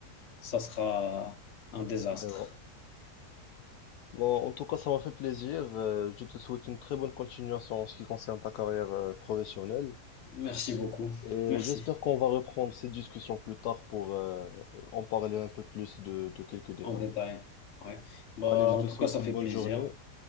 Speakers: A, on the left (about 55°); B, on the left (about 75°).
A: ça sera un désastre.
B: Mais bon. Bon, en tout cas, ça m'a fait plaisir. euh, je te souhaite une très bonne continuation en ce qui concerne ta carrière euh, professionnelle.
A: Merci beaucoup.
B: Et
A: Merci.
B: j'espère qu'on va reprendre cette discussion plus tard pour euh, en parler un peu plus de, de quelques détails.
A: En détail. Ouais. Bah,
B: Allez, je
A: en
B: te
A: tout
B: souhaite
A: cas, ça
B: une
A: fait
B: bonne
A: plaisir.
B: journée.